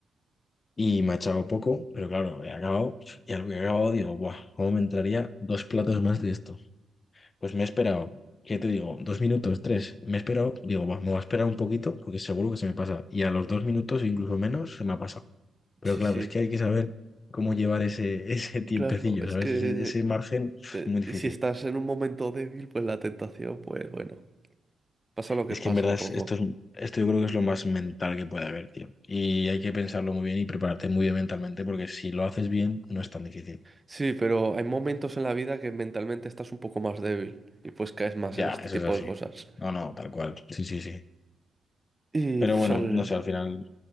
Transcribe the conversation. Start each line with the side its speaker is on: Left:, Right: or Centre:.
Left: Y me ha echado poco, pero claro, he acabado, y al que he acabado digo, guau, ¿cómo me entraría dos platos más de esto? Pues me he esperado, ¿qué te digo? Dos minutos, tres. Me he esperado, digo, "Va, me voy a esperar un poquito porque seguro que se me pasa. Y a los dos minutos, incluso menos, se me ha pasado. Pero
Right: Sí,
Left: claro,
Right: sí.
Left: es que hay que saber cómo llevar ese, <laughs> ese tiempecillo,
Right: Claro, es
Left: ¿sabes?
Right: que
Left: Ese, ese margen es
Right: te-
Left: muy difícil.
Right: si estás en un momento débil, pues la tentación, pues bueno, pasa lo que
Left: Es
Right: pasa
Left: que en verdad
Right: un
Left: es-
Right: poco.
Left: esto, es- esto yo creo que es lo más mental que puede haber, tío. Y hay que pensarlo muy bien y prepararte muy bien mentalmente porque si lo haces bien, no es tan difícil.
Right: Sí, pero hay momentos en la vida que mentalmente estás un poco más débil y pues caes más
Left: Ya,
Right: en este
Left: eso
Right: tipo
Left: es así.
Right: de cosas.
Left: No, no, tal cual. Sí, sí, sí.
Right: Y
Left: Pero
Right: pues,
Left: bueno,
Right: al,
Left: no sé, al final,